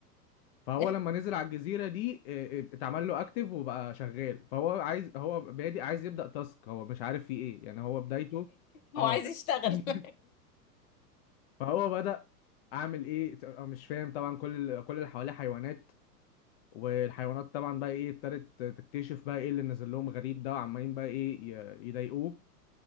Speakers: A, on the left; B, on the left.
A: فهو
B: <laughs>
A: لما نزل على الجزيرة دي آه، آه، اتعمل له اكتف وبقى شغال فهو عايز هو بادئ عايز يبدأ تاسك هو مش عارف فيه ايه يعني هو بدايته
B: هو
A: اه
B: عايز يشتغل
A: <laughs>
B: <laughs>
A: فهو بدأ اعمل ايه ت- أنا مش فاهم طبعا كل ال- كل اللي حواليه حيوانات والحيوانات طبعا بقى ايه ابتدت تكتشف بقى ايه اللي نزل لهم غريب ده وعمالين بقى ايه ي- يضايقوه